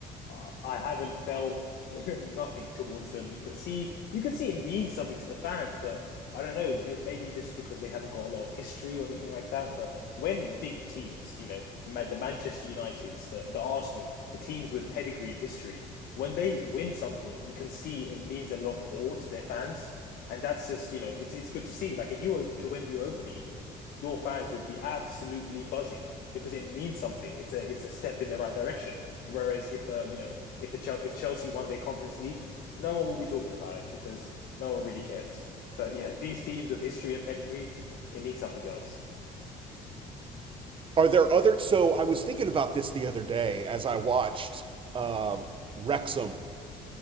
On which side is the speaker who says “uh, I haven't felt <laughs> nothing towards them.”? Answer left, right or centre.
Left